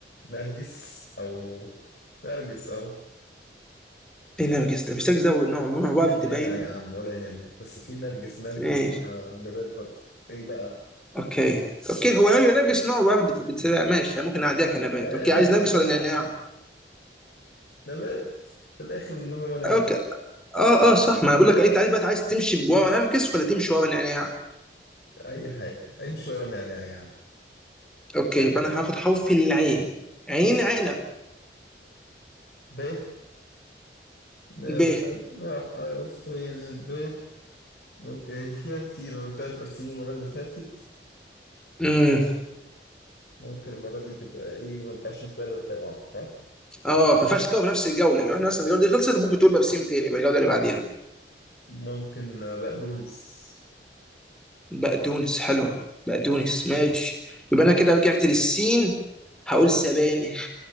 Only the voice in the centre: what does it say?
ايه نرجس ده مش نرجس ده نوع نوع ورد
باين
ماشي
اوكي اوكي هو نوع نرجس نوع ورد فبتسرع ماشي ممكن نعديها كنبات
اوكي
عايز نرجس
ولا نعناع
اوكي اه اه صح ما انا بقول لك اي تعال بقى عايز تمشي بورق نرجس ولا تمشي ورا نعناع
اوكي
يبقى انا هاخد حرف العين عين عنب
ب
امم
اه ما ينفعش تكون في نفس الجوله لو احنا مثلا الجوله دي خلصت ممكن تقول بابسيم تاني يبقى الجوله اللي بعديها
بقدونس حلوه بقدونس ماشي يبقى انا كده رجعت للسين هقول سبانخ